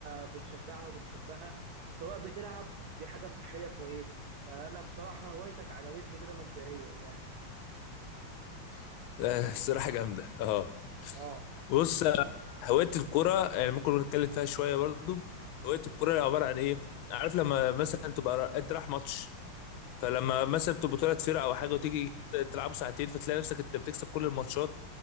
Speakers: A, on the right; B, on the left.
A: بتشجعها وبتحبها سواء بتلعب دي حاجه صحيه كويسه فانا بصراحه هوايتك عجبتني كده مبدئيا يعني
B: <laughs> آه، الصراحه جامده اه
A: اه
B: بص آه، هوايه الكوره يعني ممكن نتكلم فيها شويه برضو هوايه الكوره عباره عن ايه عارف لما مثلا تبقى را- انت رايح ماتش فلما مثلا بتبقوا ثلاث فرق او حاجه وتيجي تلعبوا ساعتين فتلاقي نفسك انت بتكسب كل الماتشات